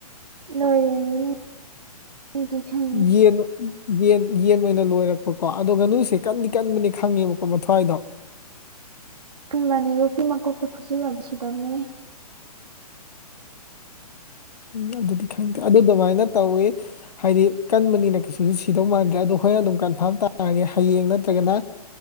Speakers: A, on the right; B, on the left.
A: ꯂꯣꯏ ꯂꯣꯏꯅꯦ ꯎ
B: ꯌꯦꯅ ꯌꯦꯟ ꯌꯦꯟ ꯑꯣꯏꯅ ꯂꯣꯏꯔꯛꯄꯀꯣ ꯑꯗꯣ ꯉꯥꯅꯨꯁꯦ ꯀꯟꯗꯤ ꯀꯟꯕꯅꯤ ꯈꯪꯉꯦꯕꯀꯣ ꯃꯊ꯭ꯋꯥꯏꯗꯣ
A: ꯃ ꯑꯣꯄꯤ ꯃ ꯀꯣꯛꯛꯇ ꯐꯁꯤ ꯂꯥꯛꯁꯤ ꯇꯝꯅꯦ
B: ꯎꯝ ꯑꯗꯨꯗꯤ ꯈꯪꯗꯦ ꯑꯗꯨ ꯑꯗꯨꯃꯥꯏꯅ ꯇꯧꯋꯤ ꯍꯥꯏꯗꯤ ꯀꯟꯕꯅꯤꯅ ꯀꯩꯁꯨꯁꯨ ꯁꯤꯗꯧ ꯃꯥꯟꯗ꯭ꯔꯦ ꯑꯗꯣ ꯑꯩꯈꯣꯏꯅ ꯑꯗꯨꯝ ꯀꯟꯐꯥꯔꯝ ꯇꯥꯔꯒꯦ ꯍꯌꯦꯡ ꯅꯠꯇ꯭ꯔꯒꯅ